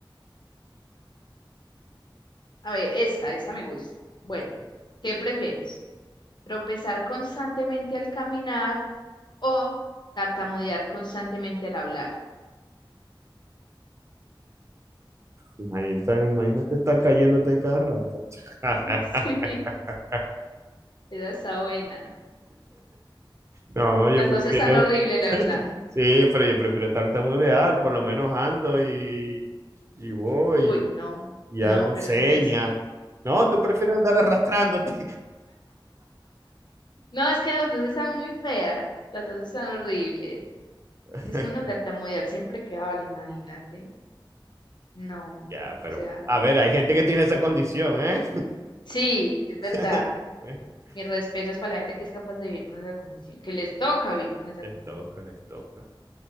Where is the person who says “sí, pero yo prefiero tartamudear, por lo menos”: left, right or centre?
Right